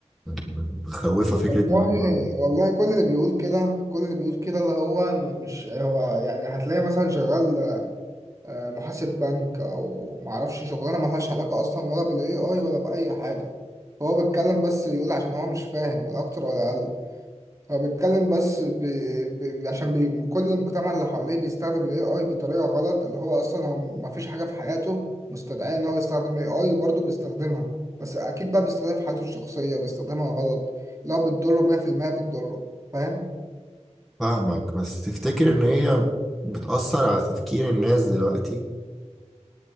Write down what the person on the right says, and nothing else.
والله
والله كل اللي بيقول كده كل اللي بيقول كده اللي هو م- مش هو يعني هتلاقي مثلا شغال آه، محاسب بنك او معرفش شغلانه ملهاش علاقه اصلا ولا بالاي اي ولا باي حاجه فهو بيتكلم بس يقول عشان هو مش فاهم لا اكتر ولا اقل هو بيتكلم بس ب... ب... عشان بي... كل المجتمع اللي حواليه بيستخدم الاي اي بطريقه غلط اللي هو اصلا هو مفيش حاجه في حياته مستدعيه ان هو يستخدم اي اي وبرضه بيستخدمها بس اكيد بقى بيستخدمها في حياته الشخصيه بيستخدمها غلط لو بتضره 100% بتضره فاهم